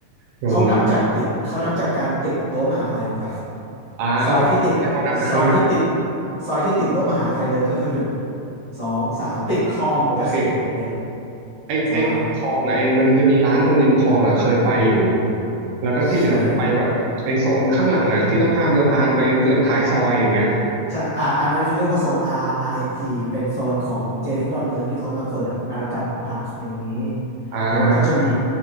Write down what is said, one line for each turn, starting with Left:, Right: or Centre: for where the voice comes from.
Right: ผม
Left: เขานับจากติดเขานับจากการติดรั้วมหาลัยออกไป
Right: อ่าโอเคแสดงว่านับจากข้างหน้า
Left: ซอยที่ติดซอยที่ติดซอยที่ติดรั้วมหาลัยเลยก็คือหนึ่งสองสามติดคลองกระสี่อะไรอย่างเงี้ย
Right: โอเคไอไอติดคลองอ่ะไอมันจะมีร้านตรงริมคลองอ่ะเคยไปอยู่
Left: ใช่
Right: แล้วก็ที่เหลือผมไปแบบไอโซนข้างหลังอ่ะที่ต้องข้ามสะพานไปเกือบท้ายซอยอย่างเงี้ย
Left: ใช่ครับ ใช่อ่าอันนั้นเขาเรียกว่าโซน R RNP เอ็นพีเป็นโซนของเจเล้งดอนเมืองที่เขามาเปิดอาณาจักรหอพักอะไรอย่างนี้
Right: อ่
Left: แล้วมันก็จะมี
Right: า